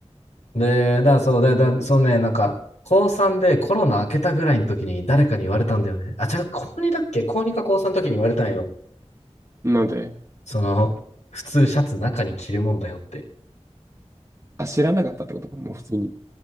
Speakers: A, on the left; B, on the right.
A: で、だ、そう、だ、だ、そうね、なんか、高3でコロナ明けたぐらいの時に誰かに言われたんだよね。あ、違う、高2だっけ高2か高3の時に言われたんよ。
B: うんなんで、
A: その、普通シャツ中に着るもんだよって。
B: あ、知らなかったってことか、もう普通に。